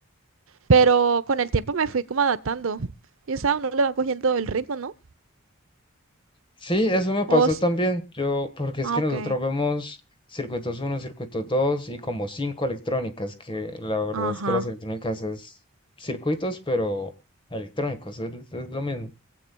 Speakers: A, on the right (about 70°); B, on the left (about 25°).
A: pero con el tiempo me fui como adaptando y, o sea, uno le va cogiendo el ritmo, ¿no?
B: Sí, eso me pasó
A: O, s-
B: también. Yo, porque es
A: ah,
B: que
A: ok,
B: nosotros vemos circuitos uno, circuitos 2 y como cinco electrónicas, que la verdad
A: ajá,
B: es que las electrónicas es circuitos, pero electrónicos, es, es lo mismo.